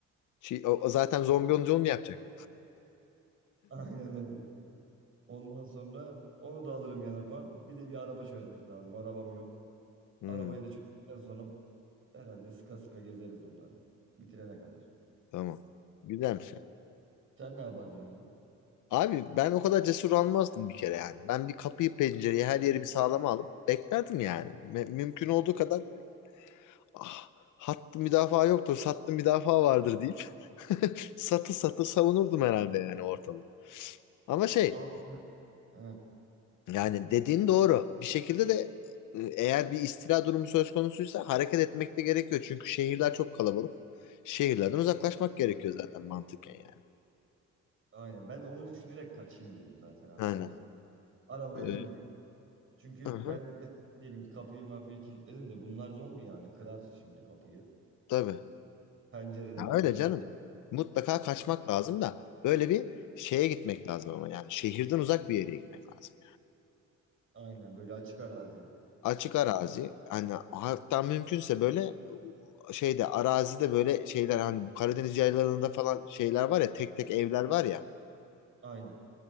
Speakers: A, on the left; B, on the right.
A: Şey, o, o zaten zombi olunca onu mu yapacak?
B: Aynen öyle. Ondan sonra onu da alırım yanıma. Bir de bir araba çözmek lazım. Arabam yok.
A: Hmm,
B: Arabayı da çözdükten sonra herhalde sıka sıka gezeriz onları. Bitirene kadar.
A: tamam. Güzelmiş ya.
B: Sen ne yapardın abi?
A: Abi ben o kadar cesur almazdım bir kere yani. Ben bir kapıyı pencereyi her yeri bir sağlama alıp beklerdim yani. Me- mümkün olduğu kadar ah, hattı müdafaa yoktur, sattı müdafaa vardır deyip <laughs> satı satı savunurdum herhalde yani ortamı. Ama şey
B: Abi Heh,
A: yani dediğin doğru. Bir şekilde de e, eğer bir istila durumu söz konusuysa hareket etmek de gerekiyor. Çünkü şehirler çok kalabalık. Şehirlerden uzaklaşmak gerekiyor zaten mantıken yani.
B: aynen ben onu düşünerek kaçayım dedim zaten abi.
A: Aynen.
B: Hani arabaya
A: Ee,
B: bineyim. Çünkü
A: hı
B: ben mesela diyelim ki kapıyı mapıyı kilitledim de bunlar zombi yani kırar şimdi kapıyı.
A: tabii.
B: Pencereden
A: Ya
B: pencereden.
A: öyle canım. Mutlaka kaçmak lazım da böyle bir şeye gitmek lazım ama yani şehirden uzak bir yere gitmek lazım.
B: Aynen böyle açık arazi.
A: Açık arazi hani hatta mümkünse böyle şeyde arazide böyle şeyler hani bu Karadeniz yaylalarında falan şeyler var ya tek tek evler var ya
B: Aynen.